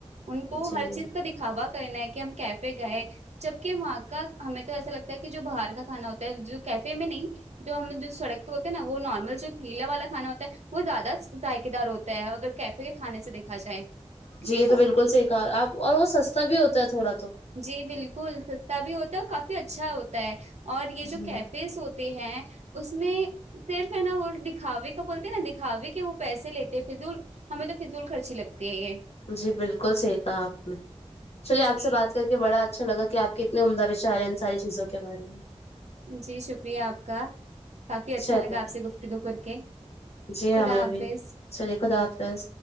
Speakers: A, on the right (about 70°); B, on the left (about 60°).
A: ان کو
B: جی
A: ہر چیز کا د کھابا کرنا ہے کی ہم کیفے گئے جبکی وہاں کا ہمیں تو ایسا لگتا ہے کی جو باہر کا کھانا ہوتا ہے جو کیفے میں نہیں جو ہم نے جو سڑک ثے ہوتا ہے نا وہ نارمل جو تھیلا والا کھا ہوتا ہے وہ زیادہ ذائقے دار ہوتا ہے اگر کیفے کے کھانے سے دیکھا جائے کیونکہ
B: جی یے تو
A: وہ
B: بالکل سی کہا آپ اور وہ سستا بھی ہوتا ہے تھوڑا تو
A: جی بالکل سستا بھی ہوتا ہے اور کافی اچھا ہوتا ہے اور یے جو
B: جی
A: کیفیز ہو تے ہیں اس میں صرف ہے نا وہ دکھاوے کا بولتے نا دکھاوے کے وہ پیسے لیتے فضول ہمیں تو فضول خرچی لگتی ہے یے
B: جی بالکل صحیح کہا آپ نے چلیے آپ
A: جی
B: سے بات کر کے بڑا اچھا لگا کی آپ کتنی عمدہ وچار ہیں ان ساری چیزوں کے بارے میں
A: جی شکریہ آپ کا کافی اچھا
B: چلے
A: لگا آپ سے گفتگو کر کے
B: جی
A: خدا
B: ہمیں
A: حافظ
B: بھی چلیے خدا حافظ